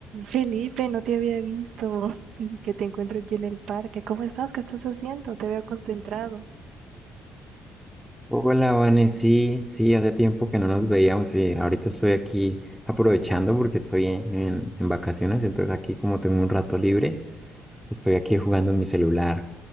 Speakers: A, on the right; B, in the centre.
A: Felipe, no te había visto <laughs> que te encuentro aquí en el parque. ¿Cómo estás? ¿Qué estás haciendo? Te veo concentrado.
B: Hola, Vane, sí, sí, hace tiempo que no nos veíamos y ahorita estoy aquí aprovechando porque estoy en, en- en vacaciones, entonces aquí como tengo un rato libre, estoy aquí jugando en mi celular,